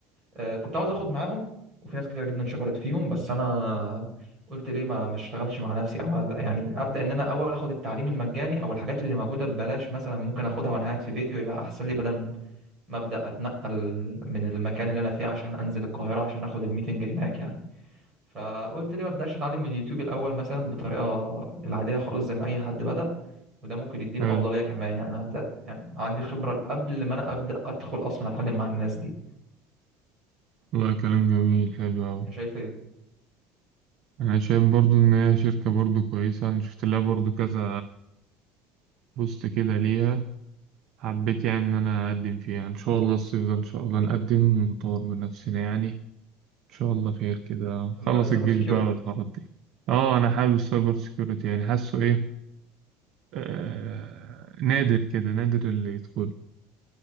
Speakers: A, on the right; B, on the right.
A: آه، كنت عاوز اخد معاهم وفي ناس كتير جدا شكرت فيهم بس انا قلت ليه ما ما اشتغلش مع نفسي او يعني ابدا ان انا اول اخد التعليم المجاني او الحاجات اللي موجوده ببلاش مثلا ممكن اخدها وانا قاعد في بيتي ويبقى احسن لي بدل ما ابدا اتنقل من المكان اللي انا فيه عشان انزل القاهره عشان اخد الميتنج هناك يعني فقلت ليه ما ابداش اتعلم من اليوتيوب الاول مثلا بطريقه العاديه خالص زي ما اي حد بدا وده ممكن يديني
B: حلو
A: افضليه كمان يعني انا هبدا يعني عندي خبره قبل ما انا ابدا ادخل اصلا اتعلم مع الناس دي
B: والله كلام جميل حلو أوي
A: انت شايف ايه
B: أنا شايف برضو إن هي شركة برضو كويسة أنا شفت لها برضو كذا بوست كده ليها حبيت يعني إن أنا أقدم فيها إن شاء الله الصيف ده إن شاء الله نقدم ونطور من نفسنا يعني إن شاء الله خير كده خلص
A: في مجال السايبر
B: الجيش
A: سيكيورتي
B: بقى والحوارات دي أه أنا حابب السايبر سيكيورتي يعني حاسه إيه آه، نادر كده نادر اللي يدخل